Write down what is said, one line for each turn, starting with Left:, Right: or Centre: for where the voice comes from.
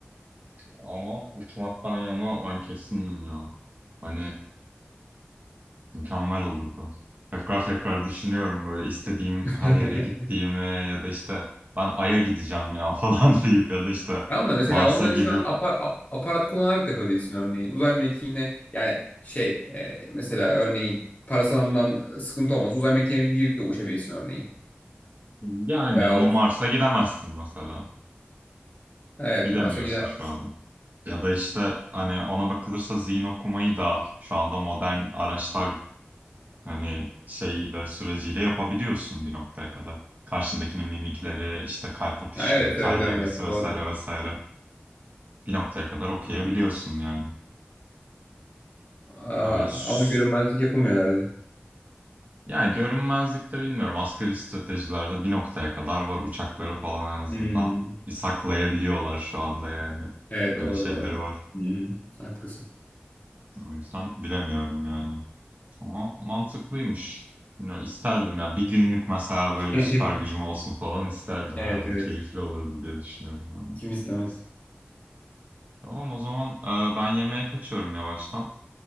Right: Ama uçmaktan yana ben kesindim ya. Hani mükemmel olurdu. Tekrar tekrar düşünüyorum böyle istediğim
Left: <laughs>
Right: her yere gittiğimi ya da işte ben Ay'a gideceğim ya <laughs> falan deyip ya da işte
Left: Tamam da mesela
Right: Mars'a
Left: onları
Right: gidip
Left: şu an apa- a- aparat kullanarak da yapabilirsin örneğin. Uzay mekiğine yani şey e, mesela örneğin parasanından sıkıntı olmaz. Uzay mekiğine girip de uçabilirsin örneğin.
Right: Yani
Left: Veyahut
Right: ama Mars'a gidemezsin mesela.
Left: evet
Right: Gidemiyorsun
Left: Mars'a gidemezsin.
Right: şu anda. Ya da işte hani ona bakılırsa zihin okumayı da şu anda modern araçlar hani şeyiyle süreciyle yapabiliyorsun bir noktaya kadar. Karşındakinin mimikleri, işte kalp atışı,
Left: Ya evet
Right: terlemesi
Left: evet öyle
Right: vesaire
Left: doğru.
Right: vesaire bir noktaya kadar okuyabiliyorsun
Left: <laughs>
Right: yani.
Left: Aa,
Right: Ya böyle s-
Left: ama görünmezlik yapamıyorlardı.
Right: yani görünmezlikte bilmiyorum asgari stratejilerde bir noktaya kadar var uçakları falan en azından
Left: Hmm.
Right: bir saklayabiliyorlar şu anda yani.
Left: Evet
Right: Öyle
Left: doğru
Right: şeyleri
Left: doğru.
Right: var.
Left: Hı hı. Haklısın.
Right: O yüzden bilemiyorum yani. Ama mantıklıymış. Bilmiyorum, isterdim ya. Bir günlük mesela
Left: <laughs>
Right: böyle bir süper gücüm olsun falan isterdim.
Left: Evet
Right: Herhalde
Left: evet.
Right: keyifli olurdu diye düşünüyorum ben
Left: Kim
Right: de.
Left: istemez.
Right: Tamam o zaman e, ben yemeğe kaçıyorum yavaştan.